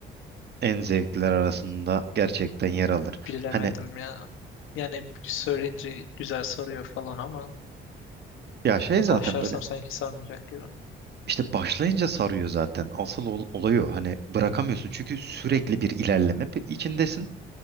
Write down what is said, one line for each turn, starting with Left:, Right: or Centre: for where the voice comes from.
Right: En zevkliler arasında gerçekten yer alır.
Left: Bilemedim
Right: Hani
Left: ya. Yani söyleyince güzel soruyor falan ama
Right: ya şey
Left: Ya
Right: zaten
Left: Başlarsam
Right: böyle
Left: sanki sarmayacak gibi.
Right: işte başlayınca sarıyor zaten. Asıl ol, olay o. Hani bırakamıyorsun çünkü sürekli bir ilerleme pe- içindesin.